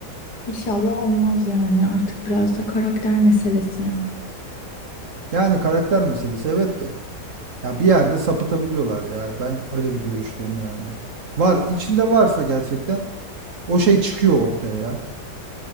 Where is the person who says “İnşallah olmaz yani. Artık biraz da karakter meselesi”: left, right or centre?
Left